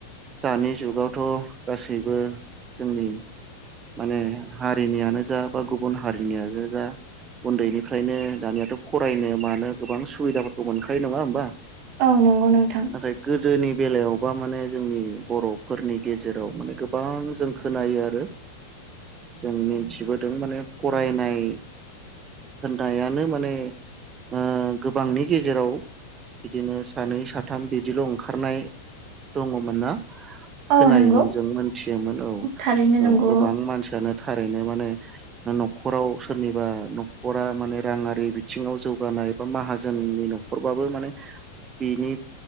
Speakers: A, on the right; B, on the right.
A: दानि जुगावथ' गासैबो जोंनि माने हारिनियानो जा बा गुबुन हारिनियानो जा उन्दैनिफ्रायनो दानियाथ' फरायनो मानो गोबां सुबिदाफोरखौ मोनखायो नङा होमबा
B: औ नंगौ नोंथां
A: नाथाय गोदोनि बेलायावबा माने जोंनि बर'फोरनि गेजेराव माने गोबां जों खोनायो आरो जों मिन्थिबोदों माने फरायनाय होननायानो माने ओ गोबांनि गेजेराव बिदिनो सानै साथाम बिदिल' ओंखारनाय दङमोन ना
B: औ
A: खोनायोमोन
B: नंगौ
A: जों मोनथियोमोन औ
B: थारैनो
A: औ
B: नंगौ
A: गोबां मानसियानो थारैनो माने न'खराव सोरनिबा न'खरा माने राङारि बिथिङाव जौगानाय बा मा हाजोननि न'खरबाबो माने बिनि